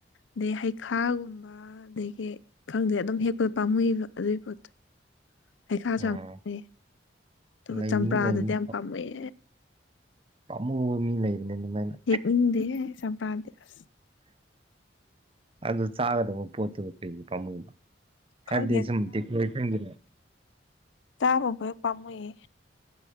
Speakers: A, on the left; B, on the right.
A: ꯑꯗꯩ ꯍꯩꯈꯥꯒꯨꯝꯕ ꯑꯗꯒꯤ ꯈꯪꯗꯦ ꯑꯗꯨꯝ ꯍꯦꯛꯄꯗ ꯄꯥꯝꯃꯨꯏꯕ ꯑꯗꯨꯒꯤ ꯄꯣꯠꯇꯣ꯫ ꯍꯩꯈꯥꯁꯨ
B: ꯑꯣ
A: ꯌꯥꯝ ꯄꯥꯝ ꯑꯗꯨꯒ
B: ꯂꯩꯕꯅꯤ
A: ꯆꯝꯄ꯭ꯔꯥꯗꯨꯗꯤ
B: ꯂꯩꯕꯅꯤ
A: ꯌꯥꯝ ꯄꯥꯝꯃꯨꯑꯦ꯫
B: ꯄꯥꯃꯨꯕ ꯃꯤ ꯂꯩꯕꯅꯦ ꯗꯨꯃꯥꯏꯅ꯫
A: ꯍꯦꯛꯅꯤꯡꯗꯦꯍꯦ ꯆꯄ꯭ꯔꯥꯗꯤ ꯑꯁ꯫
B: ꯑꯗꯨ ꯆꯥꯒꯗꯕ ꯄꯣꯠꯇꯨ ꯀꯩꯒꯤ ꯄꯥꯝꯃꯨꯕ꯫ ꯍꯥꯏꯕꯗꯤ
A: ꯈꯪꯗꯦ
B: ꯁꯨꯝ <inaudible>
A: ꯇꯥꯕ <inaudible> ꯄꯝꯃꯨꯑꯦ꯫